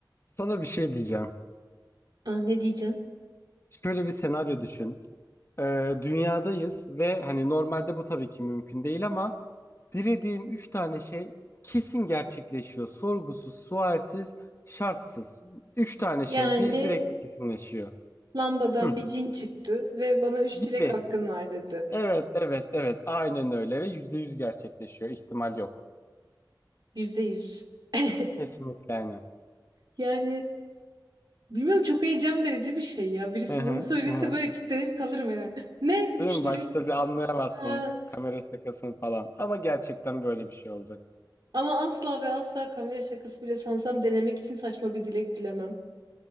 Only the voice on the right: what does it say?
Aa, ne diyeceksin?
Yani
lambadan
bir cin çıktı ve bana üç
dilek hakkın var dedi.
Yüzde yüz. <laughs>
Yani bilmiyorum çok heyecan verici bir şey ya. Birisi
bunu söylese
böyle kitlenir kalırım herhalde. <laughs> Ne? Üç
dilek.
Ha.
Ama asla ve asla kamera şakası bile sansam denemek için saçma bir dilek dilemem.